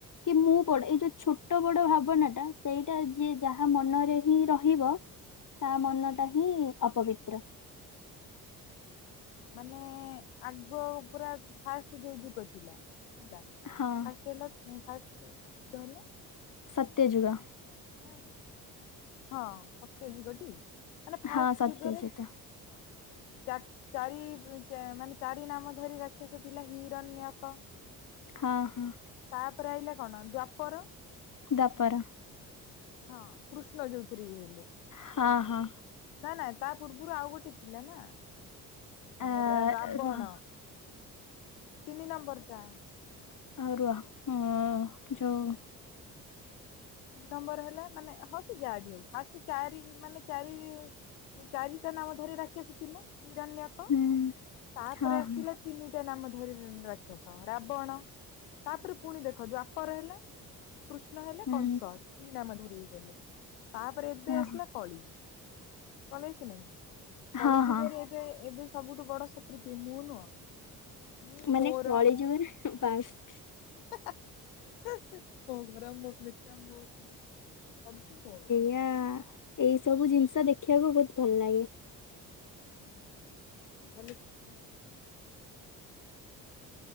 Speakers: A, on the left (about 45°); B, on the left (about 80°).
A: କି ମୁଁ ବଡ। ଏଇ ଯୋଉ ଛୋଟ ବଡ ଭାବନା ଟା ସେଇଟା ଯିଏ ଯାହା ମନରେ ହିଁ ରହିବ ତା ମନ ଟା ହିଁ ଅପବିତ୍ର।
B: ମାନେ ଆଗ ପୁରା ଫାଷ୍ଟ ଯୋଉ ଯୁଗ ଥିଲା? ହେଲା
A: ହଁ
B: ଫାଷ୍ଟ ହେଲା ଫାଷ୍ଟ କୋଉ <unintelligible> ଯୁଗ କିହଲେ
A: ସତ୍ୟଯୁଗ।
B: ନାଇଁ ହଁ ସତ୍ୟ ଯୁଗଟି ମାନେ ଫାଷ୍ଟ
A: ହଁ ସତ୍ୟଯୁଗ
B: ଯୁଗରେ ହଁ ଚା ଚାରି ମାନେ ଚାରି ନାମ ଧରି ରଖି ହେ ସେ ଥିଲା ହିରଣ୍ୟକ।
A: ହଁ ହଁ।
B: ତାପରେ ଆଇଲା କଣ ଦ୍ଵାପର।
A: ଦ୍ୱାପର
B: ହଁ କୃଷ୍ଣ ଯୋଉଥିରେ ଇୟେ ହେଲେ
A: ହଁ
B: ଜନମ।
A: ହଁ
B: ନା ନା ତା ପୂର୍ବରୁ ଆଉ ଗୋଟେ ଥିଲା ନା। ଉଁ
A: ଆ
B: ରା ରାବଣ
A: ରୁହ
B: ତିନି ନମ୍ବର ଟା।
A: ଆ ରୁହ ଉଁ ଯୋଉ
B: ତିନି ନମ୍ବର ହେଲା ମାନେ ହଁ ସେ ଯାହାବି ହଉ ଫାଷ୍ଟ ଚାରି ମାନେ ଚାରି ଚାରିଟା ନା କ କରେ ରାକ୍ଷସ ଥିଲା ହିରଣ୍ୟକ,
A: ହୁଁ
B: ତାପରେ
A: ହଁ
B: ଆସିଥିଲା
A: ହଁ
B: ତିନିଟା ନାମ ଧରିନିଅନ୍ତୁ ରାକ୍ଷସ ରାବଣ ତାପରେ ପୁଣି ଦେଖ ଦ୍ୱାପର ହେଲା କୃଷ୍ଣ ହେଲେ
A: ହୁଁ
B: କଂସ ଦି ନାମ ଧରି ହେଇଗଲେ ତାପରେ ଏବେ
A: ହଁ
B: ଆସିଲା
A: ହଁ
B: କଳି। କଳି ଆସିଲା ନା? କଳିଯୁଗରେ
A: ହଁ ହଁ
B: ଏବେ ଏବେ ସବୁଠୁ ବଡ ଶତ୍ରୁ କିଏ ମୁଁ ନୁହଁ। ମୁଁ
A: ମାନେ
B: ମୋର
A: କଳିଯୁଗରେ ବାସ୍
B: <unintelligible> ସବୁ ମୋର।
A: କେ ଆଁ ଏଇ ସବୁ ଜିନିଷ ଦେଖିବାକୁ ବହୁତ ଭଲ ଲାଗେ।
B: ହୁଁ ଭଲ ଶିକ୍ଷଣିୟ